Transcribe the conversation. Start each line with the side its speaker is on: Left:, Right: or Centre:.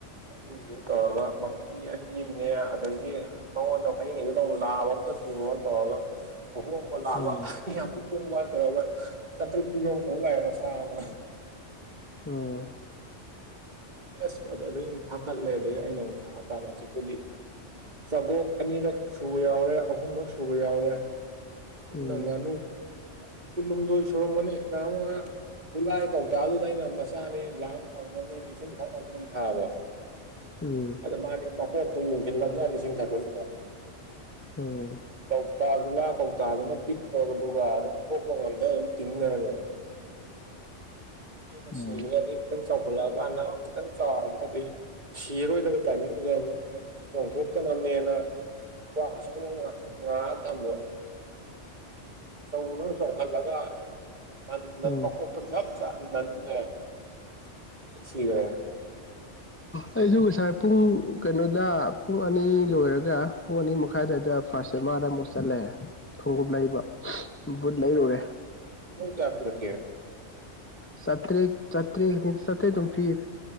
Right: ꯑꯗꯨ ꯀꯥ ꯃ ꯃꯤ ꯑꯅꯤ ꯑꯃꯅꯦ ꯑꯗꯒꯤ ꯃꯉꯣꯟꯗ ꯐꯩꯌꯦꯡꯒꯤꯗꯨꯗ ꯂꯥꯕ ꯑꯝꯇ ꯊꯨꯔꯣꯅ ꯇꯧꯔꯒ ꯑꯣ ꯂꯥꯛꯑꯕ
Left: ꯎꯝ
Right: ꯌꯥꯝ ꯎ ꯋꯥ ꯇꯧꯔꯒ ꯆꯥꯇ꯭ꯔꯨꯛ ꯄꯤꯕ ꯑꯃ ꯄꯨꯔ ꯂꯥꯛꯑꯦ ꯃꯆꯥꯥ ꯑꯃ
Left: ꯑꯣ
Right: ꯑꯦꯁ ꯑꯗꯣ ꯑꯗꯩ ꯑꯃꯨꯛ ꯊꯥꯀꯠꯂꯦ ꯑꯗꯩ ꯑꯩꯅ ꯑꯃꯨꯛ ꯊꯥꯛ ꯑꯀꯥꯟꯗ ꯍꯧꯖꯤꯛꯄꯨꯗꯤ ꯆꯥꯒꯣꯛ ꯑꯅꯤꯔꯛ ꯁꯨꯕ ꯌꯥꯎꯔꯦ ꯑꯍꯨꯝꯂꯛ ꯁꯨꯕ ꯌꯥꯎꯔꯦ
Left: ꯎꯝ
Right: ꯅꯪ ꯉꯅ ꯀꯨꯂꯨꯝꯗ ꯁꯣꯣ ꯃꯅꯤ ꯉꯨ ꯒꯨꯂꯥꯒꯤ ꯀꯧꯇꯥꯗꯨꯗ ꯑꯩꯅ ꯃꯆꯥꯅꯤ ꯂꯥꯝ ꯐꯪꯅꯕꯅꯦꯅ ꯏꯁꯤꯡ ꯊꯛꯅꯕꯅꯦꯅ ꯊꯥꯕ
Left: ꯎꯝ
Right: ꯑꯗ ꯃꯥꯗꯤ ꯃꯀꯣꯛꯇꯨ ꯌꯡꯁꯤꯜꯂꯂꯝꯖꯥ ꯏꯁꯤꯡ ꯊꯛꯗꯁꯤꯗ
Left: ꯎꯝ
Right: ꯀꯧꯇꯥ ꯒꯨꯂꯥ ꯀꯧꯇꯥꯗꯨꯅ ꯄꯤꯛꯄꯒ ꯑꯗꯨꯒ ꯑꯗꯨꯝ ꯊꯣꯛꯄ ꯉꯝꯗꯅ ꯑꯗꯨꯝ ꯇꯤꯡ ꯂꯩꯔꯝꯃꯦꯗꯅꯥ ꯑꯗꯨꯃ
Left: ꯎꯝ
Right: ꯁꯤꯒꯔ꯭ꯦ ꯑꯗꯩ ꯈꯤꯇꯪ ꯆꯥꯎꯈꯠꯂꯛ ꯑꯀꯥꯟꯗ ꯈꯤꯇꯪ ꯆꯥꯎꯔꯝꯃꯒꯗꯤ ꯁꯤꯔꯣꯏꯗꯕ ꯇꯥꯏꯃꯤꯡꯗꯨꯗ ꯂ ꯆꯣꯡꯊꯣꯛꯇꯅꯕꯅꯦꯅ ꯑ ꯉ ꯊꯜꯂ ꯁꯧꯔ ꯁꯣ ꯊꯜꯂꯒ ꯅ ꯅ
Left: ꯎꯝ
Right: ꯃꯞ ꯆ ꯅꯁꯤꯒꯦ
Left: ꯑꯩꯁꯨ ꯉꯁꯥꯏ ꯄꯨꯡ ꯀꯩꯅꯣꯗ ꯄꯨꯡ ꯑꯅꯤ ꯂꯣꯏꯔꯒ ꯄꯨꯡ ꯑꯅꯤ ꯃꯈꯥꯏꯗꯗ ꯐꯥꯔꯁ ꯑꯃꯥꯔꯗ ꯑꯃꯨꯛ ꯆꯠꯂꯦ ꯈꯣꯡꯎꯞ ꯂꯩꯕ ꯕꯨꯠ ꯂꯩꯔꯨꯔꯦ
Right: ꯅꯪ ꯀꯌꯥ ꯄꯤꯔꯛꯀꯦ
Left: ꯆꯇꯔꯦ ꯆꯇ꯭ꯔꯦ ꯁꯇꯦ ꯑꯗꯨꯝ ꯐꯤ